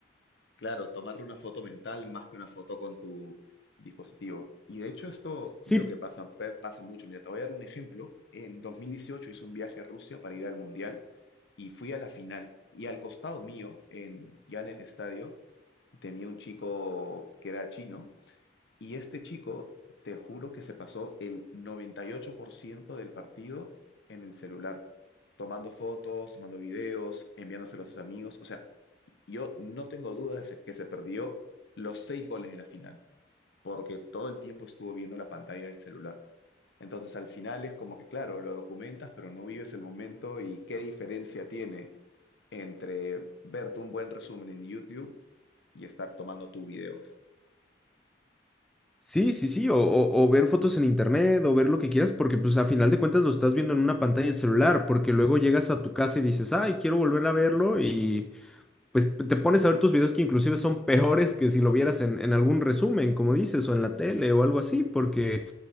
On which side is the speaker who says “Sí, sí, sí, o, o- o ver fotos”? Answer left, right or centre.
Centre